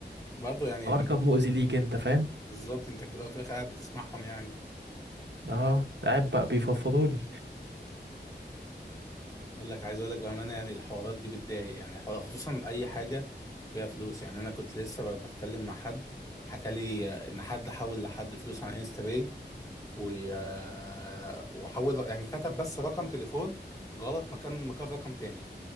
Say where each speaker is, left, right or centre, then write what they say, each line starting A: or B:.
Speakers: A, on the left (about 20°); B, on the right (about 75°).
A: برضه يعني <laughs>
B: كان مؤذي ليك انت فاهم
A: بالظبط انت في الاول وفي الاخر قاعد بتسمعهم يعني
B: اه قاعد بقى بيفضفضوا لي
A: بقول لك عايز اقول لك بامانه يعني الحوارات دي بتضايق يعني حوار خصوصا اي حاجه فيها فلوس يعني انا كنت لسه ب- بتكلم مع حد حكى لي ان حد حول لحد فلوس على انستا باي و- آه، وحول يعني كتب بس رقم تليفون غلط مكان مكان رقم تاني